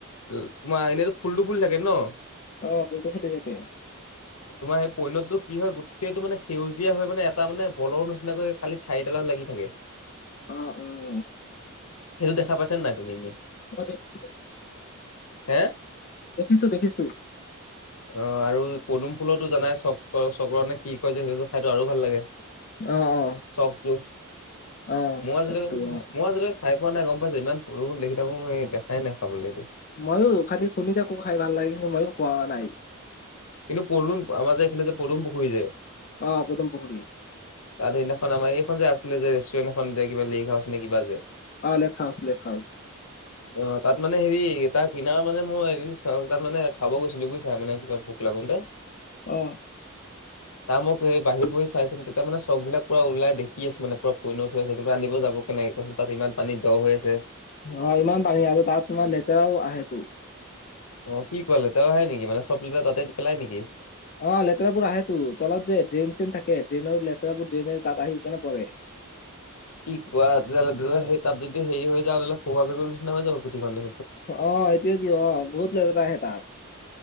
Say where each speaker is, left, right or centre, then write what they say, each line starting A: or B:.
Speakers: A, on the left; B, on the left.
A: তোমাৰ এনেইতো ফুলটো ফুল থাকে ন?
B: অ ফুল টো পাতি থাকে।
A: তোমাৰ সেই পৈণতটো কি হয় গোটেইটো মানে সেউজীয়া হৈ মানে এটা মানে বলৰ নিচিনাকৈ খালি চাৰিটালত লাগি থাকে।
B: উম
A: সেইটো দেখা পাইছা নাই তুমি এনেই?
B: মই দেখিছো
A: হে?
B: দেখিছো-দেখিছো।
A: অ আৰু পদুম ফুলৰতো জানাই চ চক্ৰ নে কি কয় যে সেইবোৰ খাইত আৰু ভাল লাগে।
B: অ অ।
A: চক তো,
B: অ
A: মই আজি
B: চবটো
A: লকে
B: অ
A: মই আজি লকে খাই পোৱা নাই গম পাইছো। ইমান সৰু-সৰু দেখি থাকো সেই দেখাই নাই খাবলৈটো।
B: ময়ো খালি শুনি থাকো, খাই ভাল লাগে কিন্তু মইয়ো খোৱা নাই।
A: কিন্তু পদুম আমাৰ যে এইফালে যে পদুম পুখুৰী যে
B: অ পুদম পুখুৰী৷
A: তাত সেইদিনাখন আমাৰ এইখন যে আছিলে, যে ৰেষ্টুৰেণ্ট এখন যে কিবা লেক হাউচনে কিবা যে
B: অ লেক হাউচ লেক হাউছ।
A: অ তাত মানে হেৰি তাৰ কিনাৰ মানে মই দিন তাত মানে, খাব গৈছিলো বুইছা? মানে কিবা ভোক লাগোন তে।
B: অ।
A: তাৰ মই এই বাহিৰ বহি চাইছিলো তেতিয়া, মানে চফ বিলাক পোৰা ওলাই দেখি আছো মানে, পোৰা পৈণত হৈ আছে তে আনিব যাব কেনে তাত ইমান পানী দ হৈ আছে।
B: অ ইমান পানী আৰু তাত তোমাৰ লেতেৰাও আহে তো।
A: অ কি কলে, তেওঁ হয়ে নেকি মানে চব লিটা তাতে পেলাই নেকি?
B: অ লেতেৰাবোৰ আহে তো। তলত যে ড্ৰেইন চেইন থাকে, ড্ৰেইনৰ লেতেৰাবোৰ ড্ৰেইনে তাত আহি কেনে পৰে।
A: কি কোৱা তাত যদি সে হেৰি হৈ যায়, <unintelligible> হৈ যাব পিঠি খন।
B: অ', এইটোৱেই যে অ, বহুত লেতেৰা আহে তাত।